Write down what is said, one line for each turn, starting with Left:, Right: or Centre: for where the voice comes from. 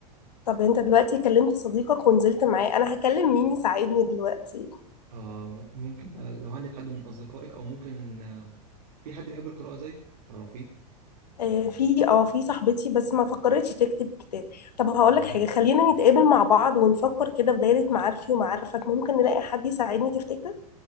Left: طب انت دلوقتي كلمت صديقك ونزلت معاه انا هكلم مين يساعدني دلوقتي
Right: اه ممكن بقى لو عندك حد من اصدقائك او ممكن آه، في حد بيحب القراءه زيك تعرفيه
Left: آه، في اه في صاحبتي بس ما فكرتش تكتب كتاب طب هقول لك حاجه
Right: طيب
Left: خلينا نتقابل مع بعض ونفكر كده في دايره معارفي ومعارفك ممكن نلاقي حد يساعدني تفتكر